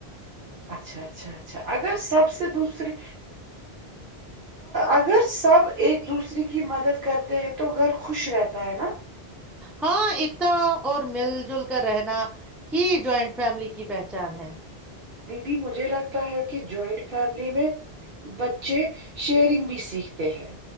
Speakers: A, on the right (about 60°); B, in the centre.
A: اچھا اچھا اچھا اگر سب سے دوسریے اگر سب ایک دوسرے کی مدد کرتے ہیں تو گھر خوش رہتا ہے نا
B: ہاں اتا اور مل جل کر رہنا ہی جوائنٹ فیملی کی پہچان ہے
A: دیدی مجھے لگتا ہے کہ جوائنٹ فیملی میں بچے شیئرنگ بھی سیکھتے ہیں